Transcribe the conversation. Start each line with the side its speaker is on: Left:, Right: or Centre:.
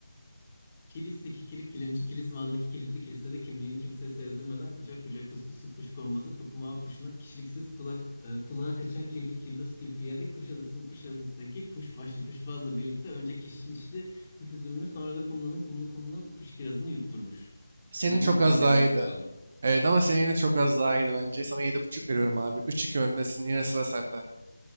Left: Kilis'teki kikirik kilimci Kilizman'daki kilitli kilisede kimliğini kimseye sezdirmeden kucak kucak kuskusu kuş konmazı kukumağı kuşuna kişiliksiz kulak e, kulağa kaçan kirli kirlos kirpiyede Kuşadası'nın Kuşadası'ndaki kuş başlı kuşbazla birlikte önce kişnişli kuş üzümünü sonra da kumlanın kumlu kumlu kuş kirazını yutturmuş.
Right: Senin
Left: Ben yine
Right: çok
Left: biraz
Right: az
Left: yavaş
Right: daha iyiydi.
Left: kaldım.
Right: Evet ama senin yine çok az daha iyiydi bence. Sana yedi buçuk veriyorum abi. üç iki öndesin. Yine sıra sende.